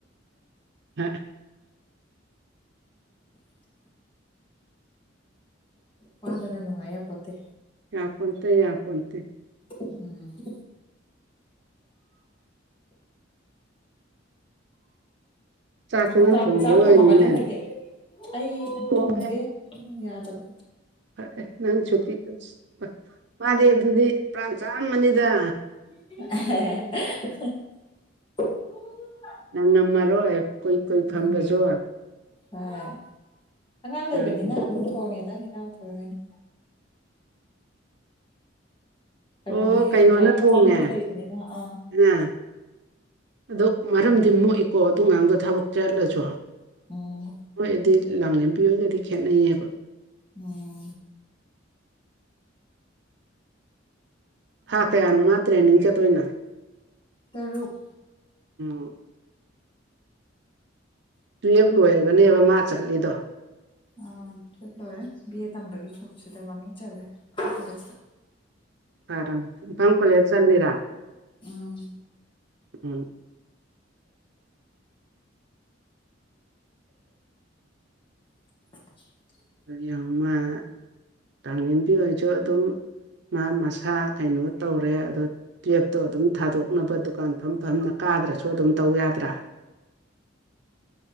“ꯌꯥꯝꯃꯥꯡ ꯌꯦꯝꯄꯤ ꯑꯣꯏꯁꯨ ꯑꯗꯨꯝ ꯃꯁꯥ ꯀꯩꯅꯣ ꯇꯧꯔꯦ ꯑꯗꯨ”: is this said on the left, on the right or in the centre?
Right